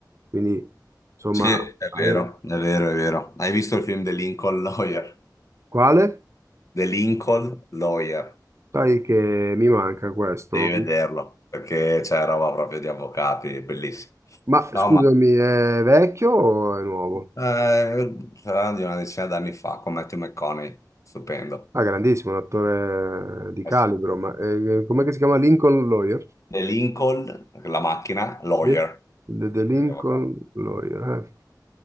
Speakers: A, on the right (about 40°); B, on the left (about 45°).
A: quindi insomma,
B: sì, è
A: hai...
B: vero, è vero, è vero. Hai visto il film The Lincoln Lawyer?
A: quale?
B: The Lincoln Lawyer,
A: Sai che mi manca questo.
B: devi vederlo, perché c'è roba proprio di avvocati, è bellissimo.
A: Ma
B: No,
A: scusami,
B: ma...
A: è vecchio o è nuovo?
B: Eh, sarà di una decina d'anni fa con Matthew McConaughey, stupendo.
A: Ah, grandissimo, un attore di calibro,
B: Eh sì.
A: ma eh, com'è che si chiama? Lincoln Lawyer?
B: E Lincoln, la macchina, lawyer,
A: Sì. The, The Lincoln
B: quindi avvocato.
A: Lawyer, eh.